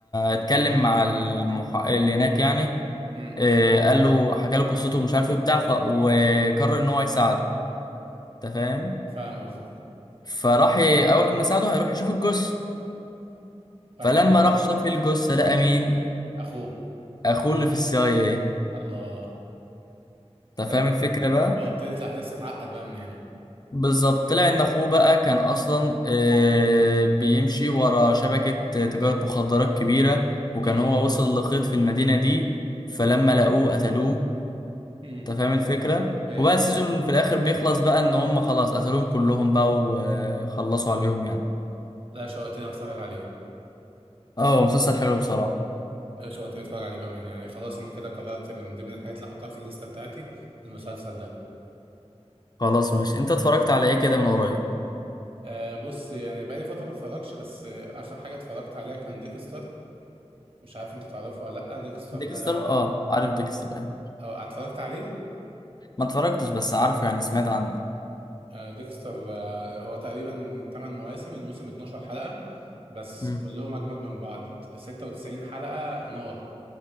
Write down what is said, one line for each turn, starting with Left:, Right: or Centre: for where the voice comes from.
Left: اتكلم مع المحقق اللي هناك يعني
Right: امم
Left: اه، قال له حكى له قصته ومش عارف ايه وبتاع ف- وقرر ان هو يساعده انت فاهم
Right: فاهم قصدك
Left: فراح ي- اول ما ساعده هيروح يشوف الجثه
Right: فعيل
Left: فلما راح شاف الجثه لقى مين
Right: اخوه
Left: اخوه اللي في السي اي ايه
Right: الله
Left: انت
Right: طيب
Left: فاهم الفكره بقى
Right: اه ابتدت الاحداث تتعقد بقى من هنا
Left: بالظبط طلع ان اخوه بقى كان اصلا آه، بيمشي ورا شبكة تجارة مخدرات كبيرة وكان
Right: امم
Left: هو وصل لخيط في المدينة دي فلما لقوه قتلوه
Right: امم
Left: انت فاهم الفكرة
Right: فهمت
Left: وبقى السيزون في الاخر بيخلص بقى ان هم خلاص قتلوهم كلهم بقى وخلصوا عليهم يعني
Right: لا شوقتني اتفرج عليه
Left: اه مسلسل حلو بصراحة
Right: لا شوقتني اتفرج عليه بامانه يعني خلاص انا كده قررت من ضمن الحاجات اللي هحطها في الليسته بتاعتي المسلسل ده
Left: خلاص ماشي انت اتفرجت على ايه كده من قريب
Right: آه بص يعني بقالي فتره ما اتفرجش بس آه اخر حاجه اتفرجت عليها كان ديكستر مش عارف انت تعرفه ولا لا ديكستر
Left: ديكستر
Right: ده
Left: اه عارف ديكستر ايه
Right: اه اتفرجت عليه
Left: ما اتفرجتش بس عارفه يعني سمعت عنه
Right: آه ديكستر آه هو تقريبا 8 مواسم الموسم 12 حلقه بس
Left: مم.
Right: كلهم اجمد من بعض 96 حلقه نار